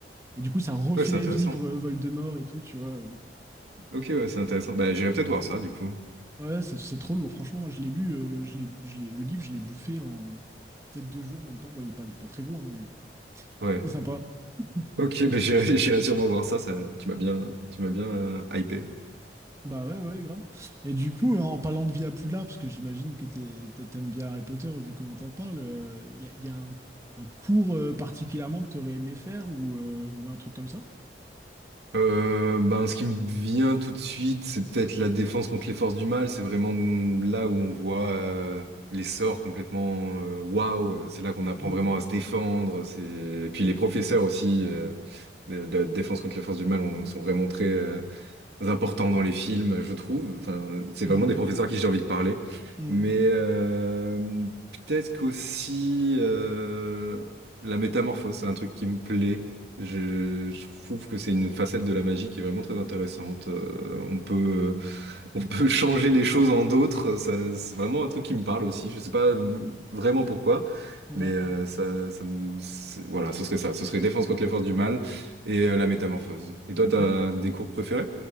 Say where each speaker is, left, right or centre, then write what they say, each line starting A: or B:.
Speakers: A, on the right; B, on the right.
A: Et du coup, ça refait
B: Ouais, c'est intéressant.
A: vivre euh, Voldemort et tout, tu vois.
B: Ok, ouais, c'est intéressant. Bah, j'irai peut-être voir ça, du coup.
A: Ouais, ouais, c'est c'est trop lourd. Franchement, moi, je l'ai lu, euh, je l'ai, je l'ai- le livre, je l'ai bouffé en peut-être deux jours, même pas. Bon, il est pas, il est pas très gros, hein, mais
B: Ouais.
A: c'est sympa. <laughs>
B: Ok,
A: Et,
B: bah, j'irai <laughs> j'irai sûrement voir ça, ça, tu m'as bien, tu m'as bien euh, hypé.
A: Bah ouais, ouais, ouais, grave. Et du coup, en parlant de vie à Poudlard, parce que j'imagine que t'es- t'es- t'aimes bien Harry Potter, vu comment t'en parles, il y a, y a un, un cours euh, particulièrement que t'aurais aimé faire ou, euh, ou un truc comme ça?
B: Euh, ben, ce qui me vient tout de suite, c'est peut-être la défense contre les forces du mal. C'est vraiment là où on voit euh, les sorts complètement euh, waouh. euh, C'est là qu'on apprend
A: Hmm,
B: vraiment à se défendre. C'est... Et puis les professeurs aussi euh, de, de la défense contre les forces du mal on- sont vraiment très, euh, importants dans les films, je trouve. Enfin, c'est
A: hmm,
B: vraiment des professeurs à qui j'ai envie de parler.
A: hmm,
B: Mais euh, peut-être qu'aussi euh, la métamorphose, c'est un truc qui me plaît. Je, je trouve que c'est une facette de la magie qui est vraiment très intéressante. Euh, on peut, euh, on peut changer les choses en d'autres. Ça, c'est vraiment un truc qui me parle aussi. Je sais pas vraiment pourquoi,
A: ouais,
B: mais euh, ça, ça me- c'est- voilà, ce serait ça. Ce serait défense contre les forces du mal et euh, la métamorphose. Et
A: ok.
B: toi, t'as des cours préférés?